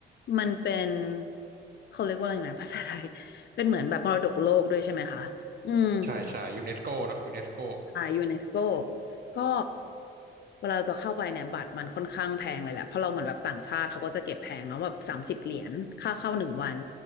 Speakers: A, on the left; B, on the right.
A: มันเป็นเขาเรียกว่าอะไรนะ <laughs> ภาษาไทยเป็นเหมือนแบบมรดกโลกด้วยใช่ไหมคะอืม
B: ใช่ใช่ยูเนสโกเนาะยูเนสโก
A: อ่ายูเนสโกก็เวลาเราจะเข้าไปเนี่ยบัตรมันค่อนข้างแพงเลยแหละเพราะเราเหมือนแบบต่างชาติเขาก็จะเก็บแพงเนาะแบบสามสิบเหรียญค่าเข้าหนึ่งวัน